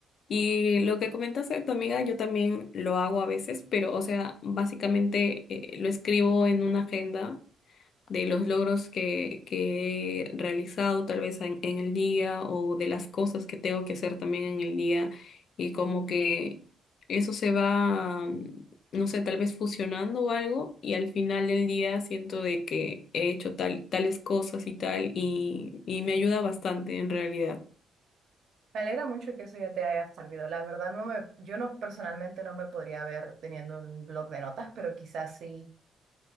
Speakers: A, on the left; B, on the right.
A: Y lo que comentaste de tu amiga, yo también lo hago a veces, pero, o sea, básicamente eh, lo escribo en una agenda de los logros que, que he realizado tal vez en, en el día o de las cosas que tengo que hacer también en el día y como que eso se va, mm, no sé, tal vez fusionando o algo y al final del día siento de que he hecho tal, tales cosas y tal y, y me ayuda bastante en realidad.
B: Me alegra mucho que eso ya te haya servido. La verdad, no me, yo no personalmente no me podría ver teniendo un blog de notas, pero quizás sí